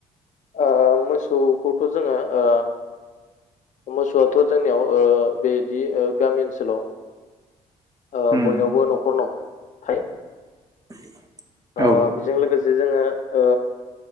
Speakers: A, on the left (about 45°); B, on the right (about 20°).
A: ओ मोसौखौथ जोङो ओ मोसौआथ जोंनियाव ओ बेदि ओ गामि ओनसोलाव ओ
B: उम
A: बयनावबो नखर नखर थायो
B: <inaudible>
A: ओ
B: औ
A: बेजों लोगोसे जोङो ओ